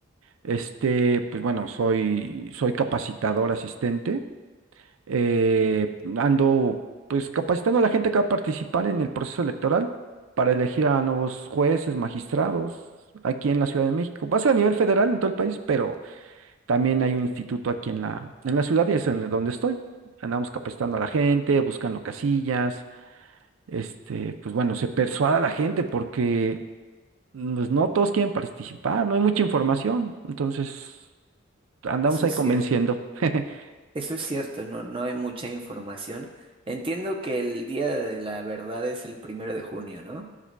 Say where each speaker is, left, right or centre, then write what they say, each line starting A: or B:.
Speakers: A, on the right (about 85°); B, on the right (about 25°).
A: Este, pues bueno, soy, soy capacitador asistente. Eh, ando pues capacitando a la gente que va a participar en el proceso electoral para elegir a nuevos jueces, magistrados, aquí en la Ciudad de México. Va a ser a nivel federal en todo el país, pero También hay un instituto aquí en la, en la ciudad y es en donde estoy. Andamos capacitando a la gente, buscando casillas, este, pues bueno, se persuada a la gente porque pues, no todos quieren participar, no hay mucha información. Entonces, andamos
B: Eso
A: ahí
B: es
A: convenciendo.
B: cierto.
A: <laughs>
B: Eso es cierto, no, no hay mucha información. Entiendo que el Día de la Verdad es el primero de junio, ¿no?